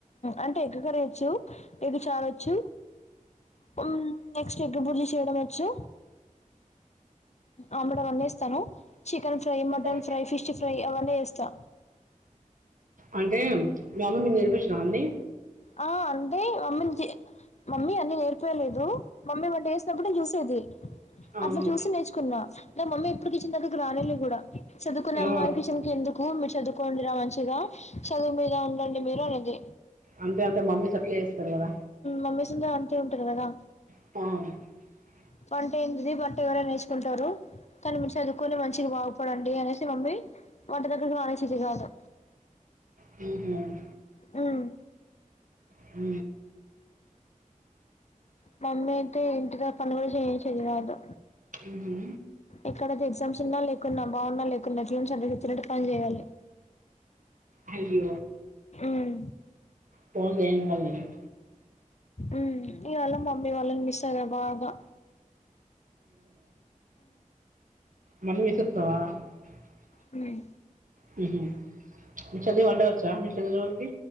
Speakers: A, on the left (about 55°); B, on the right (about 70°).
A: అంటే ఎగ్ కర్రీ వచ్చు ఎగ్ చారోచ్చు ఉం నెక్స్ట్ ఎగ్ బుర్జి చేయడం వచ్చు ఆమ్లెట్ అవన్నీ వేస్తాను చికెన్ ఫ్రై మటన్
B: ఆ.
A: ఫ్రై ఫిష్ ఫ్రై అవన్నీ చేస్తా
B: అంటే మీ మమ్మీ నీకు నేర్పిచ్చిందా అన్ని
A: ఆ అంటే మమ్మీ మమ్మీ అన్నీ నేర్పియలేదు మమ్మీ వంట చేసినప్పుడు నే చూసేది
B: అవును
A: అట్లా చూసి నేర్చుకున్నా నే మమ్మీ ఎప్పుటికి కిచెన్ రానే లే కూడా చదుకునే
B: ఆ,
A: అమ్మాయి కిచెన్ కు ఎందుకు మి చదువుకోండిరా మంచిగా చదువు మీద ఉండండి మీరు అనేది
B: అంతే అంతే మమ్మీస్ సట్లే చేస్తారు కదా
A: మమ్మీస్ అందరు అంతే ఉంటది కదా
B: ఆ
A: వంట ఏంటిది వంట ఎవరైనా నేర్చుకుంటారు కాని మీరు చదువుకొని మంచిగా బాగుపడండి అనేసి మమ్మీ వంట దగ్గరకి రానిచేది కాదు
B: హు హమ్
A: మ్మ్
B: హు
A: మమ్మ అయితే ఇంటి కాడ పనులు కూడా చేయించేది కాదు
B: మ్హూ.
A: ఇక్కడ ఎగ్జామ్స్ ఉన్నా లేకున్నా బాగున్నా లేకున్నా టీమ్స్ <unintelligible> అండ సచ్చినట్టు పని చేయాలే
B: హరి
A: మ్మ్
B: పో దని కాని <unintelligible>
A: ఉం ఇవాలా మమ్మి వాళ్ళని మిస్స్ అయిన బాగ
B: మన ఇసుత్వా <unintelligible>
A: ఉం
B: హు హమ్ మీ చెల్లి వంట వచ్చా మీ చెల్లి లోల్కి